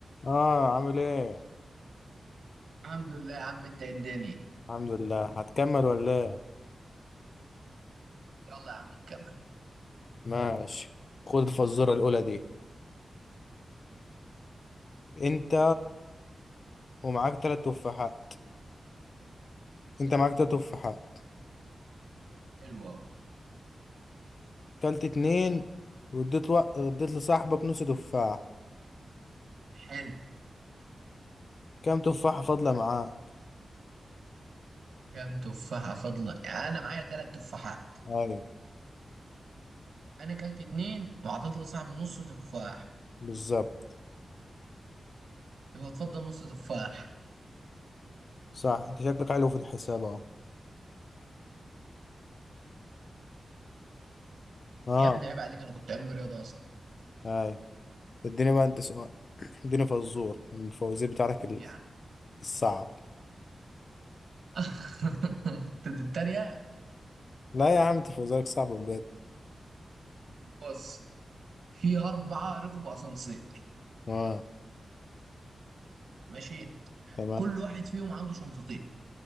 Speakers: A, on the left (about 50°); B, on the right (about 70°).
A: اه عامل ايه
B: الحمد لله يا عم انت اداني
A: الحمد لله هتكمل ولا ايه
B: يلا يا عم نكمل
A: ماشي خد الفزوره الاولى دي انت ومعاك تلات تفاحات انت
B: مم.
A: معاك تلات تفاحات
B: حلو أوي
A: كلت اتنين واديت و... اديت لصاحبك نص تفاح
B: حلو
A: كام تفاحه فاضله معاك
B: كام تفاحة فاضلة يعني أنا معايا تلات تفاحات
A: ايوه
B: أنا كلت اتنين وعطيت لصاحبي نص تفاح
A: بالظبط
B: يبقى اتفضل نص تفاح
A: صح انت شكلك حلو في الحساب اهو اه
B: يا ابني عيب عليك أنا كنت علمي رياضة أصلا
A: ايوه اديني بقى انت سؤال <clears throat> اديني فزور من الفوازير بتاعك
B: قول
A: ال-
B: يا عم
A: الصعب
B: <laughs> أنت بتتريق
A: لا يا عم انت فوازيرك صعب بجد
B: بص في أربعة ركبوا أسانسير
A: اه
B: ماشي
A: تمام
B: كل واحد فيهم عنده شنطتين